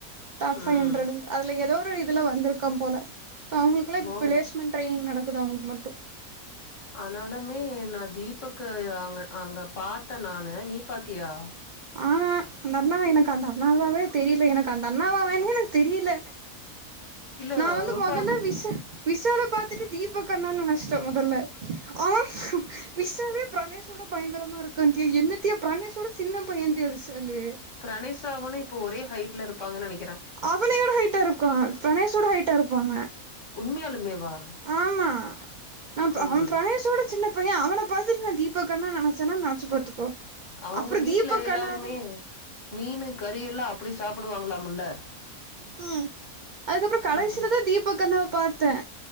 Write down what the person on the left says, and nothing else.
ம்
ஓ
ஆனாலுமே நா தீபக்க அங்க அங்க பாத்தே நானு நீ பாத்தியா
இல்ல
ரொம்ப
பிரனேஷவனு இப்ப ஒரே ஹைட்ல இருப்பாங்கன்னு நெனக்கிறே
உண்மையாலுமேவா
ம்
அவுங்க
வீட்ல
எல்லாருமே
மீனு கறியெல்லா அப்டி சாப்டுவாங்களாமுல்ல
ம் ம்